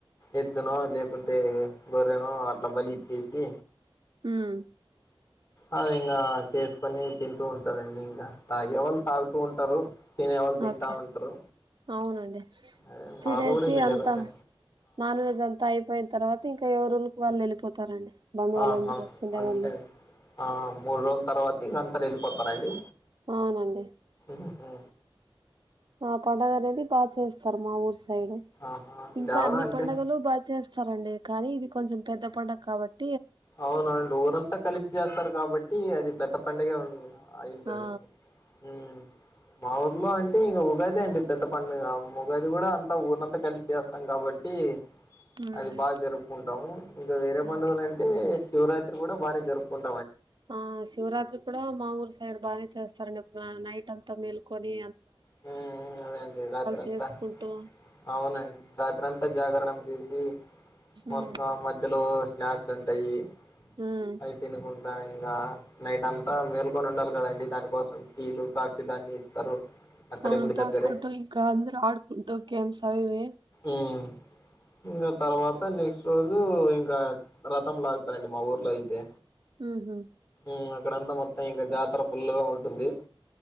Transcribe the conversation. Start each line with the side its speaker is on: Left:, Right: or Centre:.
Left: ఎద్దునో లేకుంటే గోరే నో అట్లా బలి ఇచ్చేసి
Right: ఉమ్
Left: అ ఇంకా చేసుకొని తింటూ ఉంటారండి ఇంకా తాగే వాళ్ళు తాగుతూ ఉంటారు తినేవాళ్ళు తింటామంటారు
Right: ఓకే అవునండి
Left: అదే
Right: తినేసి
Left: మార్లు కూడా ఏ
Right: అంతా
Left: జరుగుతే
Right: నాన్ వెజ్ అంతా అయిపోయిన తర్వాత ఇంకా ఎవరుళకి వాళ్ళు వెళ్ళిపోతారండి బంధువులందరూ
Left: ఆహా
Right: వచ్చిండే
Left: అంతే
Right: వాళ్ళు
Left: ఆ మూడు రోజుల తర్వాత ఇంకంత వెళ్ళిపోతారండి
Right: అవునండి
Left: హా
Right: ఆ పండుగ అనేది బాగా చేస్తారు మా ఊరు సైడ్
Left: ఆహా! ఇంకెవరు
Right: ఇంకా అన్ని
Left: అంటే
Right: పండుగలు బాగా చేస్తారంండి కానీ ఇది కొంచెం పెద్ద పండుగ కాబట్టి
Left: అవునండి ఊరంతా కలిసి చేస్తారు కాబట్టి అది పెద్ద పండుగ ఉ అయింటదండి
Right: ఆ
Left: ఉ మా ఊర్లో అంటే ఇంక ఉగాది అండి పెద్ద పండుగ ఉగాది కూడా అంతా ఊరంతా కలిసి చేస్తాం కాబట్టి ఏ
Right: ఉమ్
Left: అది బాగా జరుపుకుంటాము ఇంకా వేరే పండుగలు
Right: ఓకే
Left: అంటే శివరాత్రి కూడా బాగానే జరుపుకుంటాం
Right: ఆ శివరాత్రి కూడా మా ఊరు సైడ్ బాగానే చేస్తారండిప్పు నైట్ అంతా మేల్కొని
Left: హ అదేండి రాత్ర అంతా
Right: చేసుకుంటూ
Left: అవునండి రాత్ర అంతా జాగరణం చేసి కొంత
Right: ఉమ్
Left: మధ్యలో స్నాక్స్ ఉంటాయి
Right: ఉమ్
Left: అవి తినకుంట ఇంకా నైట్ అంతా మేల్కొని ఉండాలి కదండి దానికోసం టీలు కాఫీలు అన్ని ఇస్తారు అక్కడే
Right: అవును
Left: గుడి
Right: తాకుంటు
Left: దగ్గరే
Right: ఇంకా అందరు ఆడుకుంటూ గేమ్స్ అవివి
Left: ఉమ్ ఇంకా తర్వాత నెక్స్ట్ రోజు ఇంకా రథం లాగతరండి మా ఊర్లో అయితే.
Right: ఉ హు
Left: ఉ అక్కడంతా మొత్తం ఇంకా జాతర ఫుల్లుగా ఉంటుంది.